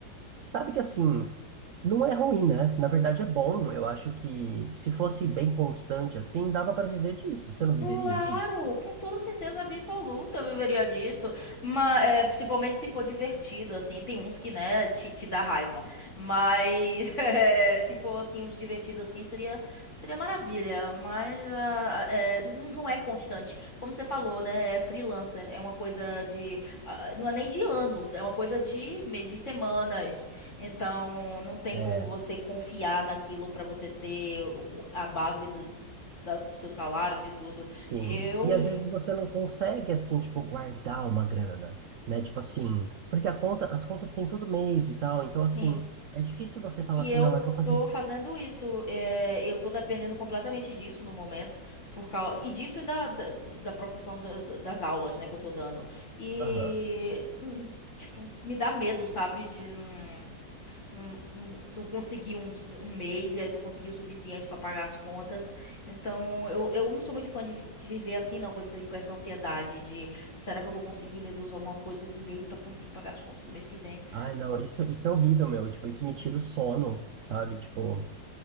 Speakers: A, on the right (about 85°); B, on the left (about 40°).
A: Sabe que assim, não é ruim, né? Na verdade é bom. Eu acho que se fosse bem constante assim, dava para viver disso. Você não viveria
B: Claro,
A: disso?
B: com toda certeza absoluta eu viveria disso, mas é, principalmente se for divertido, assim, tem uns que, né, te, te dá raiva, mas <laughs> é, se for, assim, os divertidos, assim, seria, seria maravilha, mas ah, é, não não é constante, como você falou, né, é freelancer, é uma coisa de, ah, não é nem de anos, é uma coisa de, me- de semanas, então não tem
A: É,
B: como você confiar naquilo para você ter o- a base do do- da- do seu salário, de tudo.
A: sim.
B: Eu,
A: E
B: inf-
A: às vezes você não consegue assim, tipo, guardar uma grana, né? Tipo assim, porque a conta, as contas têm todo mês e tal, então assim,
B: sim.
A: é difícil você falar
B: E
A: assim,
B: eu
A: não, eu vou fazer.
B: tô fazendo isso. é, eu tô dependendo completamente disso no momento. Por causa, e disso e da, da, da profissão da- da- das aulas, né, que eu tô dando. E,
A: Aham.
B: hum, tipo, me dá medo, sabe? De não, não, não não conseguir um, di- um mês e aí não conseguir o suficiente pra pagar as contas. Então, eu, eu não sou muito fã de, vi- de viver assim, não, com esse, com essa ansiedade de será que eu vou conseguir, meu Deus, alguma coisa esse mês pra conseguir pagar as contas do mês que vem?
A: Ai, não, isso, isso é horrível, meu. Tipo, isso me tira o sono, sabe? Tipo,